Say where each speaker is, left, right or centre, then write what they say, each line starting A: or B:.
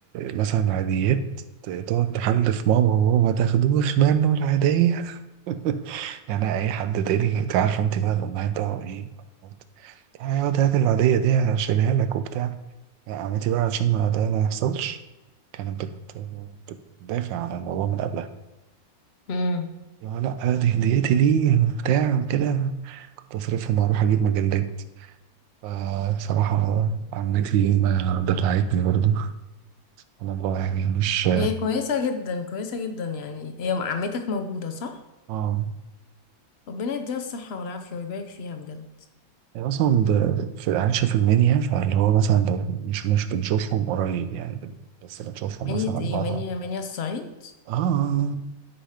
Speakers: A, on the right; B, on the left.
A: مثلا عاديات ت- تقعد تحلف ماما ماما ما تاخدوش منه العادية <laughs> يعني أي حد تاني أنت عارفة أنت بقى الأمهات بقى إيه يعني اقعد هات العادية دي هشيلها لك وبتاع لا، عمتي بقى عشان ما ده ما يحصلش كانت بت... بتدافع عن الموضوع من قبلها
B: امم
A: يا لا دي هديتي ليه وبتاع وكده كنت أصرفهم وأروح أجيب مجلات فبصراحة عمتي ما دلعتني برضه سبحان الله يعني مش
B: هي كويسة جدا كويسة جدا يعني هي عمتك موجودة صح؟
A: اه
B: ربنا يديها الصحة والعافية ويبارك فيها بجد
A: يعني اصلا ب- في العيشه في المنيا فاللي هو مثلا لو مش مش بنشوفهم قريب يعني بن- بس بنشوفهم
B: منية
A: مثلا مره
B: ايه منية منية الصعيد
A: اه آه.